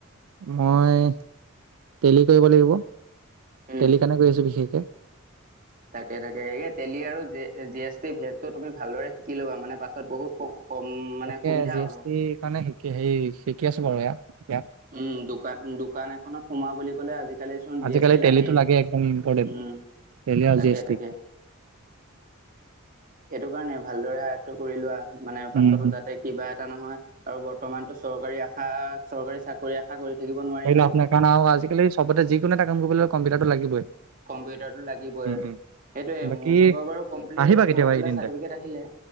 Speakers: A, on the right (about 80°); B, on the right (about 40°).
A: নাই তেলি কৰিব লাগিব।
B: উম
A: তেলি কাৰণে কৰি আছো বিশেষকে
B: তাকে তাকে সে তেলি আৰু জি এছ টি ভেদটো তুমি ভালদৰে শিকি ল'বা। মানে পাছত বহুত মানে
A: তাকে
B: সুবিধা
A: জি
B: হব।
A: এছ টিৰ কাৰণে শিকি হেৰি শিকি আছো বাৰু এয়া। ইয়াত
B: উম। দোকান দোকান এখনত সোমাও বুলি ক'লে আজি কালি চোন জি
A: আজিকালি
B: এছ টি
A: টেলিটো
B: লাগে।
A: একদম ইম্পৰ্টেণ্ট
B: উম।
A: টেলি আৰু
B: তাকে
A: জি এছ টি।
B: তাকে সেইটো কাৰণে ভালদৰে আয়ত্ব কৰি লোৱা, মানে
A: উম।
B: পাছতো যাতে কিবা এটা নহয় আৰু বৰ্তমানতটো চৰকাৰী আশা চৰকাৰী চাকৰি আশা কৰি থাকিব নোৱাৰি
A: কৰি
B: ন
A: লাভ নাই। কাৰণ আৰু আজিকালি চবতে যিকোনো এটা কাম কৰিব লাগ কম্পিউটাৰতটো লাগিবই।
B: কম্পিউটাটো লাগিবই,
A: উম উম
B: সেইটোয়ে
A: বাকী
B: মোৰ ভাগৰ বাৰু কমপ্লিট
A: আহিবা কেতিয়াবা
B: হৈ
A: এইকেইদিনতে।
B: পেলাই চাৰ্টিফিকেট আহিলে।